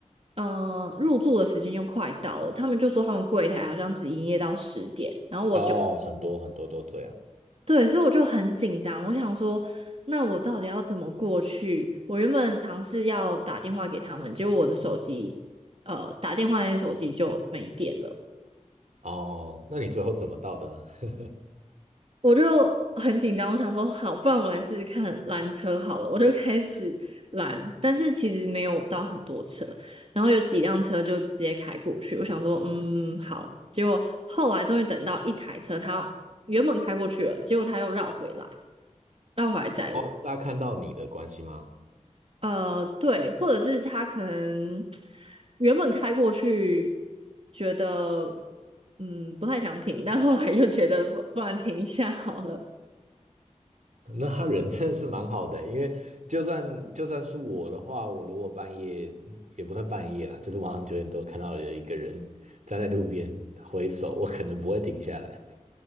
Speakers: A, on the right; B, on the right.
A: 呃入住的时间又快到了，他们就说他们柜台好像只营业到十点，然后我就。
B: 哦，很多很多都这样。
A: 对，所以我就很紧张，我想说，那我到底要怎么过去？我原本尝试要打电话给他们，结果我的手机，呃，打电话那只手机就没电了，
B: 哦，那你最后怎么到的呢？<laughs>
A: 我就很紧张。我想说，好，不然我来试试看拦车好了，我就开始拦，但是其实没有到很多车，然后有几辆车就直接开过去。我想说，嗯，好。结果后来终于等到一台车，它原本开过去了，结果它又绕回来，绕回来载我。
B: 哦，是他看到你的关系吗？
A: 呃，对，或者是他可能原本开过去，觉得嗯不太想停，但后来又觉得不不然停一下好了。
B: <laughs> 那他人真的是蛮好的欸因为就算就算是我的话，我如果半夜也不算半夜啦，就是晚上九点多看到有一个人站在路边挥手，我可能不会停下来。